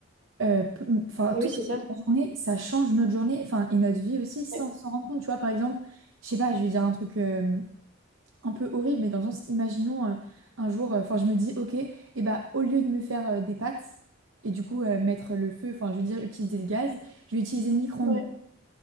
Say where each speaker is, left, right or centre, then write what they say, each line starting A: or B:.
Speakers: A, on the right; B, on the right.
A: euh, p- enfin,
B: Oui,
A: toute
B: c'est ça.
A: la journée, ça change notre journée, enfin, et notre vie aussi, sans
B: Ouais.
A: s'en rendre compte. Tu vois, par exemple, je sais pas, je vais dire un truc. euh, un peu horrible, mais dans le sens, imaginons euh, un jour, euh, enfin je me dis, ok, et bah au lieu de me faire euh, des pâtes et du coup euh, mettre le feu, enfin je veux dire utiliser le gaz, je vais utiliser le micro-ondes.
B: Ouais.